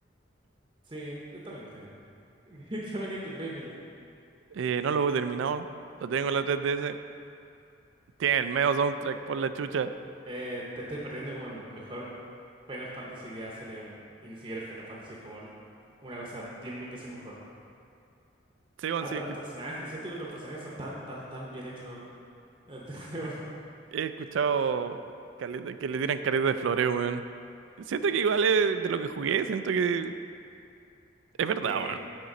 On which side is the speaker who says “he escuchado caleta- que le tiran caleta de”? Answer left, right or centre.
Right